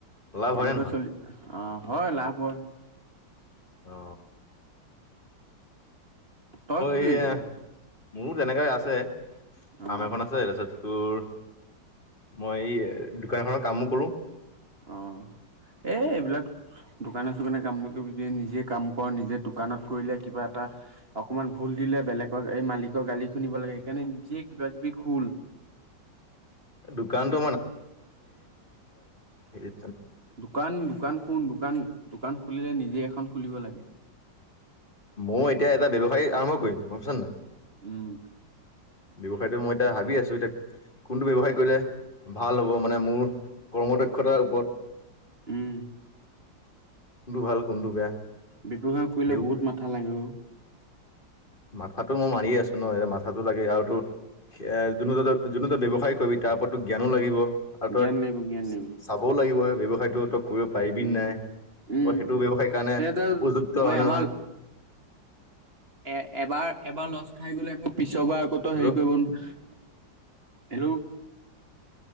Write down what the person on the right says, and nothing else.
এনেকৈ
চলি অ, হয় লাভ হয়।
তই কি
কৰিছ
অ',
অ', এ - এইবিলাক দোকানে চোকানে কাম নকৰিবি তই নিজে কাম কৰ নিজে দোকানত কৰিলে কিবা এটা অকমান ভুল দিলে বেলেগক এই মালিকৰ গালি শুনিব লাগে সেইকাৰণে নিয়ে কিবা কিবি খুল
দোকান-দোকান খোল দোকান-দোকান খুলিলে নিজে এখন খুলিব লাগে।
উম,
উম,
ব্যৱসায় কৰিলে
বহুত মাথা লাগে ও।
জ্ঞান লাগিব জ্ঞান লাগিব
উম
উম
এ তই
তই
এবাৰ
এ এবাৰ। এবাৰ লছ খাই গ'লে। আকৌ পিছৰ পৰা আকৌতো
হেৰি কৰিব ন। হেল্ল'।